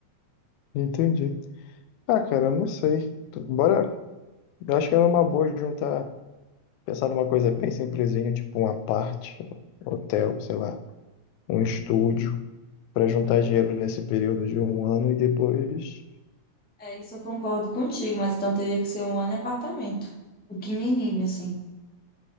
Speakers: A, on the left (about 85°); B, in the centre.
A: Entendi. Ah, cara, eu não sei. Tu- Bora. Eu acho que era uma boa juntar, pensar numa coisa bem simplesinha, tipo um aparte, hotel, sei lá, um estúdio, para juntar dinheiro nesse período de um ano e depois
B: É, isso eu concordo contigo, mas então teria que ser um ano em apartamento. Pequenininho, assim.